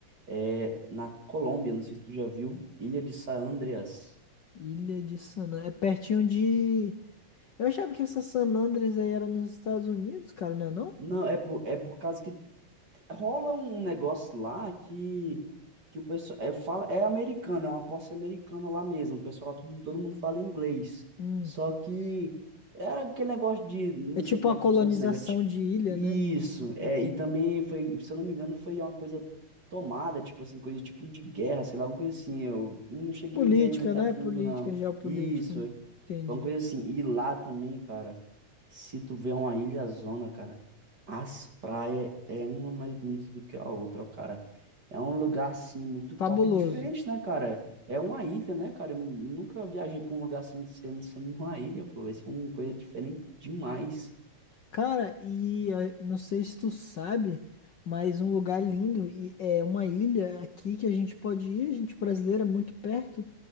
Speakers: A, on the right; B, on the left.
A: É na Colômbia, não sei se tu já viu, Ilha de San Andreas.
B: Ilha de San Andrés. É pertinho de. Eu achava que essa San Andrés aí era nos Estados Unidos, cara, não é não?
A: Não, é por, é por causa que rola um negócio lá que, que o pessoal é, fala, é americano, é uma posse americana lá mesmo. O pessoal, tudo, todo mundo fala inglês.
B: Hum.
A: Só que era aquele negócio de, não
B: É tipo
A: sei como
B: uma
A: é que
B: colonização
A: funciona esse negócio, tipo,
B: de ilha,
A: isso,
B: né?
A: é,
B: Entendi.
A: e também foi, se eu não me engano, foi uma coisa tomada, tipo assim, coisa tipo de guerra, sei lá, alguma coisa assim, eu não cheguei
B: Política,
A: a ver muito
B: né?
A: a fundo,
B: Política,
A: não.
B: geopolítica.
A: Isso,
B: Entendi.
A: foi uma coisa assim, e lá também, cara, se tu vê uma ilha zona, cara, as praias é uma mais bonita do que a outra, ó, cara. É um lugar assim muito top
B: Fabuloso.
A: e diferente, né, cara? É uma ilha, né, cara? Eu nunca viajei pra um lugar assim de sendo, sendo uma ilha, pô. Vai ser uma coisa diferente demais.
B: Cara, e eh, não sei se tu sabe, mas um lugar lindo e é uma ilha aqui que a gente pode ir, a gente brasileira, muito perto,